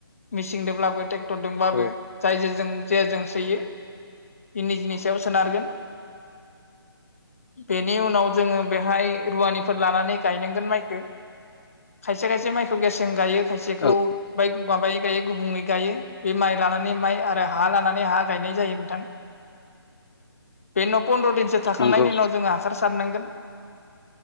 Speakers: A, on the left; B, on the left.
A: मिेचिनदोंब्लाबो ट्रेक्टरदोंब्लाबो
B: औ
A: जाय जजों जे जों सोयो। इनि जिनि सायाव सोनारगोन। बेनि उनाव जोङो बेहाय रुवानिफोर लानानै गायनांगोन माइखो खायसे खायसे माइखौ गेसजों गायो खायसेखौ
B: औ
A: बाय माबाय गायो गुबुयै गायो। बे माइ लानानै माइ आरो हा लानानै हा गायनाय जायो। बे उनाव फन्द्र दिनसो थाखांनायनि
B: नंगौ
A: उनाव जोङो हासार सारनांगौ जायो।